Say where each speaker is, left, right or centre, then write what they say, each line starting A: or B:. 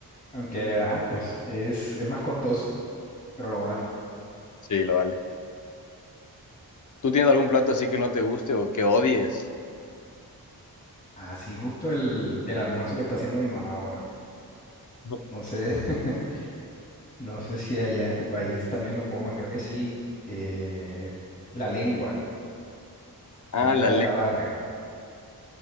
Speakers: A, on the left (about 20°); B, on the left (about 55°).
A: Aunque, ajá, pues es, es más costoso, pero lo vale.
B: Sí, lo vale. ¿Tú tienes algún plato así que no te guste o que odies?
A: Así justo el, el almuerzo que está haciendo mi mamá ahora.
B: No.
A: No sé, <laughs> no sé si allá en tu país también lo coman, creo que sí. Eh, la lengua, lengua
B: Ah, la
A: de
B: lengua.
A: la vaca.